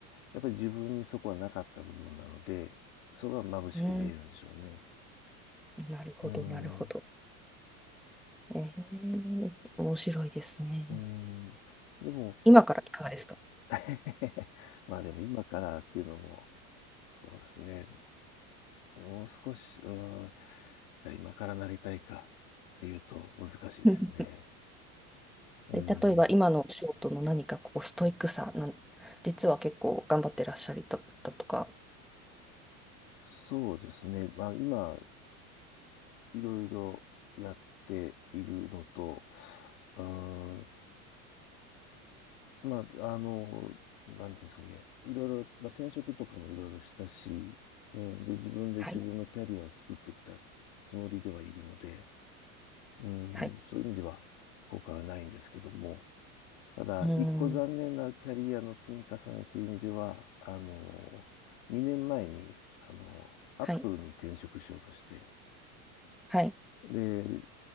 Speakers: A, on the left; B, in the centre.
A: やっぱり自分にそこはなかった部分なので、そこが眩しく見えるんでしょうね。
B: うんなるほどなるほど
A: うん、
B: えー、面白いですね
A: うん。でも、
B: 今からいかがですか
A: <laughs> まあでも今からっていうのも、そうですね。もう少し、うん、じゃあ今からなりたいかっていうと難しいですよね。
B: <laughs>
A: うん、
B: え例えば今のお仕事の何かこうストイックさなん実は結構頑張ってらっしゃりだったとか
A: そうですね。まあ今、いろいろやっているのと、うん、まあ、あの、なんていうんですかね。いろいろ、まあ転職とかもいろいろしたし、うん、で、自分で自分のキャリアを作ってきたつもりではいるので、
B: はい
A: うん、
B: はい
A: そういう意味では後悔はないんですけども、ただ、
B: うん
A: 一個残念なキャリアの積み重ねという意味では、あの、2年前に、あの、アップルに転職しようとして、
B: はいはい
A: で、